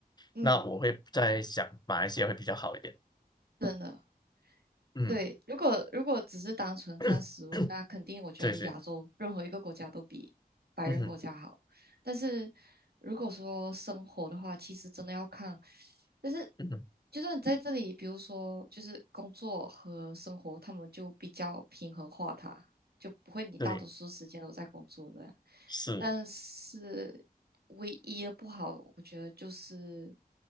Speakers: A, on the right (about 85°); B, on the left (about 25°).
A: 嗯，
B: 那我会在想马来西亚会比较好一点，
A: 真的。
B: 嗯，
A: 对，如果如果只是单纯看食物，
B: <coughs> <clears throat>
A: 那肯定我觉得亚洲任何一个国家都比白人国家好。
B: 对对，嗯哼，
A: 但是如果说生活的话，其实真的要看，就是
B: 嗯哼，
A: 就算你在这里，比如说就是工作和生活，他们就比较平衡化它，就不会你大多数时间都在工作的。
B: 对，是。
A: 但是唯一的不好，我觉得就是